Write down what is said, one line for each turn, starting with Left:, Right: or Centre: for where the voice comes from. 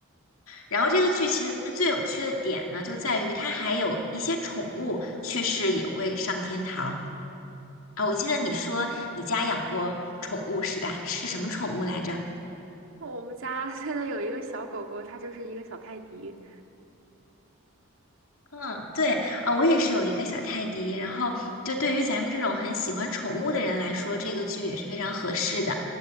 Left: 然后这个剧其实最有趣的点呢，就在于它还有一些宠物去世也会上天堂啊。我记得你说你家养过宠物是吧？是什么宠物来着？
Right: 我们家现在有一个小狗狗，它就是一个小泰迪。
Left: 嗯，对啊，我也是有一个小泰迪，然后就对于咱们这种很喜欢宠物的人来说，这个剧也是非常合适的，